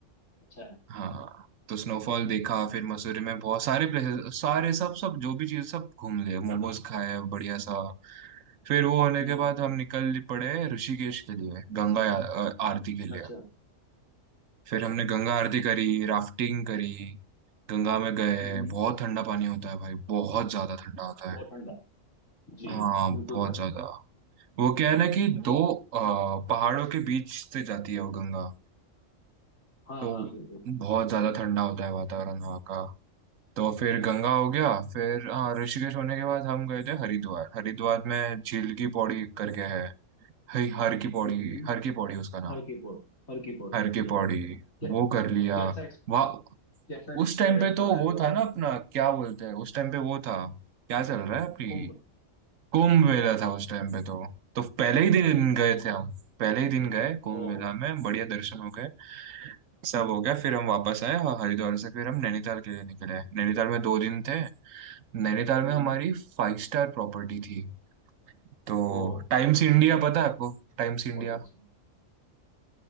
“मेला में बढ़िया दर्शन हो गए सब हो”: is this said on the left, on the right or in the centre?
Right